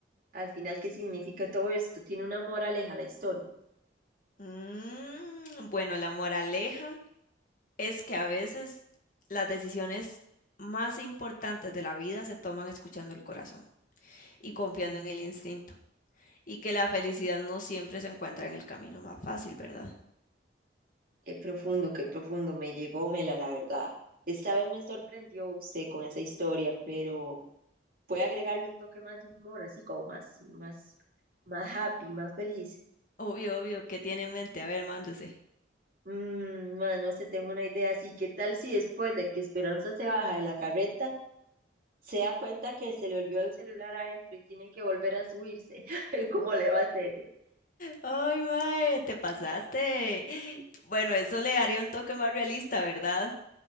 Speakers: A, on the right; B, on the left.
A: al final, ¿qué significa todo esto? Tiene una moraleja la historia.
B: Mm, bueno, la moraleja es que a veces las decisiones más importantes de la vida se toman escuchando el corazón y
A: Ujú.
B: confiando en el instinto, y que la felicidad no siempre se encuentra en el camino más fácil, ¿verdad?
A: Qué profundo, qué profundo. Me llegó Mela, la verdad. Esta vez me sorprendió usted con esa historia, pero puede agregarle un toque más de humor, así como más, más, más happy, más feliz.
B: Obvio, obvio, ¿qué tiene en mente? A ver, mándese.
A: Mm, ma, no sé, tengo una idea. Así, ¿qué tal si después de que Esperanza se baja de la carreta, se da cuenta que se le olvidó el celular adentro y tienen que volver a subirse? <laughs> ¿Cómo le va a hacer?
B: Ay, mae, te pasaste. Bueno, eso le daría un toque más realista, ¿verdad?